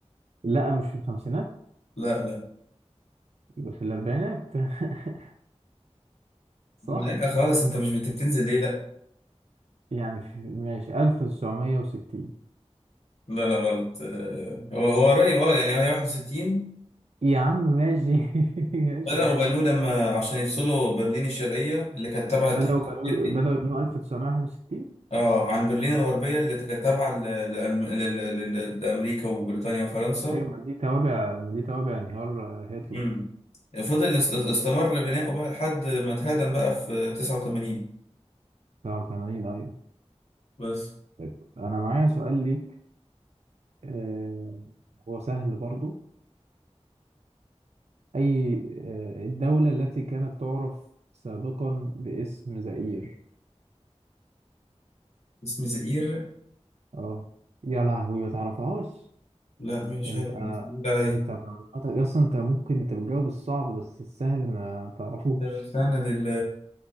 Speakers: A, on the right; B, on the left.
A: لا مش في الخمسينات
B: لا لا
A: يبقى في الأربعينات <laughs> صح
B: لا خالص انت مش بت- بتنزل ليه لا
A: يعني في ماشي 1960
B: لا لا غلط آه، هو هو قريب اه يعني هي 61
A: يا عم ماشي <laughs> ماشي
B: بدأوا
A: يعني
B: بنوه لما عشان يفصلوا برلين الشرقية اللي كانت تابعة
A: بدأوا
B: الاتحاد
A: بنو...
B: السوفيتي
A: بدأوا يبنوا 1961
B: اه عن برلين الغربية اللي كانت تابعة ل- لألم- ل- ل- ل- لأمريكا وبريطانيا وفرنسا
A: أيوة ما دي توابع ما دي توابع انهيار آه، هتلر
B: مم. فضل است- استمر بناؤه بقى لحد ما اتهدم بقى في 89
A: 89 أيوة
B: بس
A: طيب أنا معايا سؤال ليك آه... هو سهل برضو أي آه... الدولة التي كانت تعرف سابقا باسم زئير
B: اسم زئير
A: اه يا لهوي ما تعرفهاش
B: لا مش
A: انت
B: عارف جديد عليا
A: انت معلوماتك اصلا انت ممكن انت بتجاوب الصعب بس السهل ما تعرفوش
B: طب استنى دي ال-